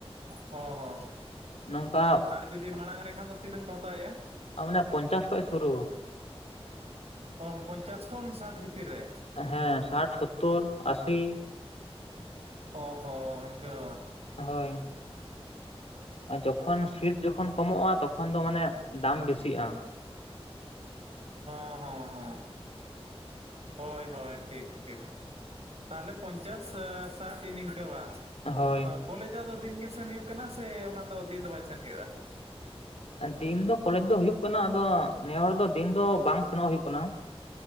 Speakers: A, on the right; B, on the left.
A: ᱚ ᱦᱚᱸ
B: ᱱᱚᱝᱠᱟ
A: ᱟᱨ ᱡᱩᱫᱤ ᱢᱟᱲᱟᱝ ᱨᱮᱠᱷᱟᱱ ᱫᱚ ᱛᱤᱱᱟᱹᱝ ᱠᱚ ᱦᱟᱛᱟᱣᱮᱜᱼᱟ᱾
B: ᱟᱨ ᱢᱟᱱᱮ ᱯᱚᱧᱪᱟᱥ ᱠᱷᱚᱡ ᱥᱩᱨᱩ᱾
A: ᱚᱦᱚ ᱯᱚᱧᱪᱟᱥ ᱠᱷᱚᱱ ᱥᱟᱴ ᱵᱷᱤᱛᱤᱨ ᱨᱮ᱾
B: ᱦᱮᱸ ᱥᱟᱴ ᱥᱚᱛᱛᱳᱨ ᱟᱥᱤ᱾
A: ᱚ ᱦᱚ ᱤᱱᱠᱟᱹ᱾
B: ᱦᱳᱭ᱾ ᱟᱨ ᱡᱚᱠᱷᱚᱱ ᱥᱤᱴ ᱡᱚᱠᱷᱚᱱ ᱠᱚᱢᱚᱜᱼᱟ ᱛᱚᱠᱷᱚᱱ ᱫᱚ ᱢᱟᱱᱮ ᱫᱟᱢ ᱵᱤᱥᱤᱜᱼᱟ᱾
A: ᱚ ᱦᱚ ᱦᱚ ᱦᱳᱭ ᱦᱳᱭ ᱴᱷᱤᱠ᱾ ᱴᱷᱤᱠ ᱛᱟᱦᱚᱞᱮ ᱯᱚᱧᱪᱟᱥ ᱥᱟᱹ ᱥᱟᱴ ᱤᱱ ᱤᱝᱠᱟᱹ ᱵᱟ᱾
B: ᱦᱳᱭ
A: ᱠᱚᱞᱮᱡᱽ ᱫᱚ ᱟᱫᱚ ᱫᱤᱱ ᱜᱮ ᱥᱮᱱ ᱦᱩᱭᱩᱜ ᱠᱟᱱᱟ ᱥᱮ ᱚᱱᱟ ᱫᱚ ᱫᱤᱱ ᱫᱚ ᱵᱟᱭ ᱥᱮᱱ ᱦᱩᱭᱩᱜᱼᱟ?
B: ᱫᱤᱱ ᱫᱚ ᱠᱚᱞᱮᱡᱽ ᱫᱚ ᱦᱩᱭᱩᱜ ᱠᱟᱱᱟ ᱟᱫᱚ ᱱᱮ ᱦᱚᱲ ᱫᱚ ᱫᱤᱱ ᱫᱚ ᱵᱟᱝ ᱥᱮᱱᱚᱜ ᱦᱩᱭᱩᱜ ᱠᱟᱱᱟ᱾